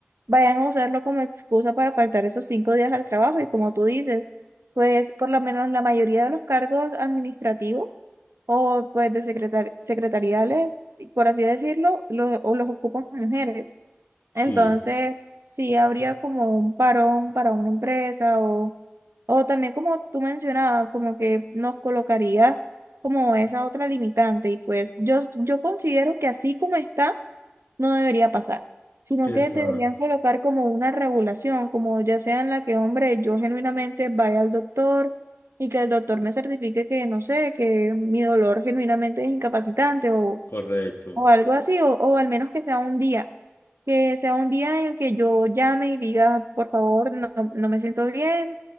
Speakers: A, on the right; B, on the left.
A: vayan a usarlo como excusa para faltar esos cinco días al trabajo. Y como tú dices, pues por lo menos la mayoría de los cargos administrativos o pues de secretar secretariales, por así decirlo, lo- o los ocupan mujeres.
B: sí,
A: Entonces, sí habría como un parón para una empresa o, o también como tú mencionabas, como que nos colocaría como esa otra limitante. Y pues yo, yo considero que así como está no debería pasar, sino
B: exacto,
A: que deberían colocar como una regulación, como ya sea en la que, hombre, yo genuinamente vaya al doctor y que el doctor me certifique que, no sé, que mi dolor genuinamente es incapacitante o,
B: correcto.
A: o algo así, o, o al menos que sea un día, que sea un día en el que yo llame y diga, por favor, no, no me siento bien,